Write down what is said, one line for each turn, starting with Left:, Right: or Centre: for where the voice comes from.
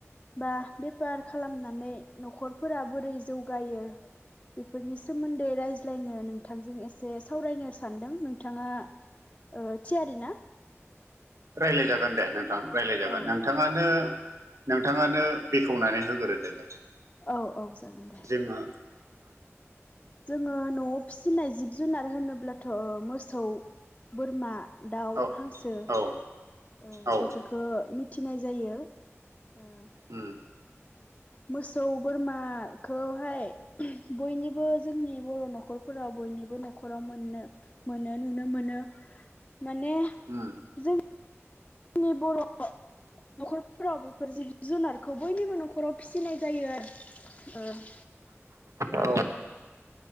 Left: बा बेफार खालामनानै न'खरफोरा बोरै जौगायो बेफोरनि सोमोन्दै रायज्लायनो नोंथांजों एसे सावरायनो सान्दों नोंथाङा ओ थियारि ना
Right: रायलाय जागोन दे नोंथां रायलायजागोन
Left: औ
Right: नोंथाङानो
Left: औ
Right: नोंथाङानो बेखेवनानै होग्रोदो दे
Left: औ औ जागोन दे
Right: जोङो
Left: जोङो न'आव फिसिनाय जिब-जुनार होनोब्लाथ' मोसौ, बोरमा, दाउ,
Right: ओ
Left: हांसो ओ
Right: औ औ
Left: बेफोरखो मिथिनाय जायो। ओ
Right: उम
Left: मोसौ बोरमाखौहाय बयनिबो जोंनि बर' न'खरफोराव बयनिबो न'खराव मोननो मोनो नुनो मोनो माने
Right: उम
Left: जों नि बर' न'खरफोराव बेफोर जिब जुनारखौ बयनिबो न'खराव फिसिनाय जायो आरो <inaudible>
Right: औ